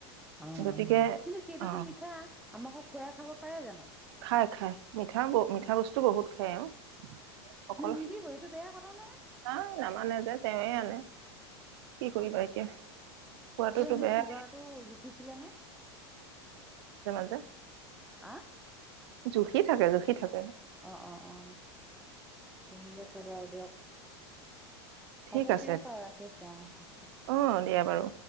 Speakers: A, in the centre; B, on the right.
A: অ
B: গতিকে
A: কিন্তু সেইটোতো
B: অ'
A: মিঠা আমাকো খুৱাই খাব পাৰে জানো?
B: খাই খাই মিঠা মিঠা বস্তু বহুত খাই অউ। অকল
A: নিদিব সেইটো বেয়া কথা নহয়
B: হা নামানে যে তেৱে আনে কি কৰিব এতিয়া। খোৱাটোতো
A: ত এনেই
B: বেয়া
A: চুগাৰ টো জুখি ছিৰাজে?
B: টো
A: অহ
B: জুখি থাকে জুখি থাকে।
A: অ অ অ ঠিক আছে বাৰু দিয়ক।
B: ঠিক
A: হ'ব
B: আছে
A: দিয়ক আৰু ৰাখিছো অ
B: অ' দিয়া বাৰু।